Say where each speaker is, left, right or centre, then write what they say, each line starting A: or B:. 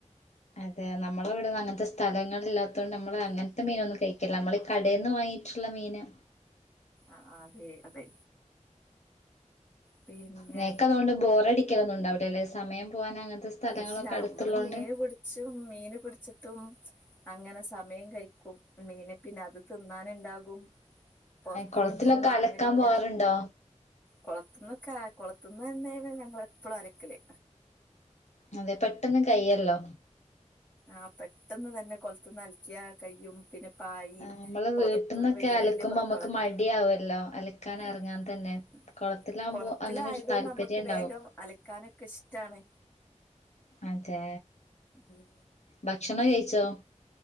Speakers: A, on the left; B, on the left.
A: അതെ നമ്മള് ഇവിട അങ്ങനത്തെ സ്ഥലങ്ങളൾ ഇല്ലാത്ത കൊണ്ട് നമ്മൾ അങ്ങനത്ത മീനൊന്നും കഴിക്കില്ല നമ്മള് ഈ കടേന്ന് വാങ്ങി റ്റുള്ള മീന്.
B: ആ അതെ അതെ. പിന്നെ
A: നിങ്ങക്ക് അതുകൊണ്ട് ബോറ ടിക്കലൊന്നും ഉണ്ടാവില്ല അല്ലെ സമയം പോകാനങ്ങനത്തെ സ്ഥലങ്ങളൊക്കെ
B: ഇല്ല
A: അടുത്തുള്ളോണ്ട്.
B: നമ്മള് <unintelligible> മീന് പിടിച്ചിട്ടും അങ്ങനെ സമയം കഴിക്കും. മീന പിന്നെ അത് തിന്നാനുണ്ടാകും പൊറത്തൊന്നും
A: കുളത്തിലൊക്കെ
B: മീൻ വാങ്ങലില്ല.
A: അലക്കാൻ പോവാറുണ്ടോ
B: കൊളത്തന്നൊക്ക കൊളത്തുന്ന് തന്ന ഞങ്ങ എപ്പളും അലക്കല്.
A: അതെ പെട്ടെന്നും കയ്യേല്ലോ.
B: ആ പെട്ടെന്ന് തന്നെ കൊലത്ത്ന്ന് അൽക്കിയ കയ്യും. പിന്നെ പായ്
A: നമ്മള്
B: പൊതപ്പ്
A: വീട്ടിൽന്നൊക്കെ
B: വല്യ
A: അലക്കുമ്പോ
B: വല്യ പൊതപ്പുകളൊക്കെ
A: നമ്മുക്ക് മടിയാവല്ലോ അലക്കാൻ
B: ആ
A: ഇറങ്ങാൻ
B: <inaudible>
A: തന്നെ കുളത്തിലാകുമ്പോ
B: കൊളത്തിലായത്
A: അങ്ങനെ ഒരു താല്പര്യം
B: കൊണ്ട് നമ്മക്ക്
A: ഉണ്ടാവും
B: വേഗം അലക്കാനക്കെ ഇഷ്ടാണ്.
A: അതെ
B: ഉം
A: ഭക്ഷണം കയിച്ചോ?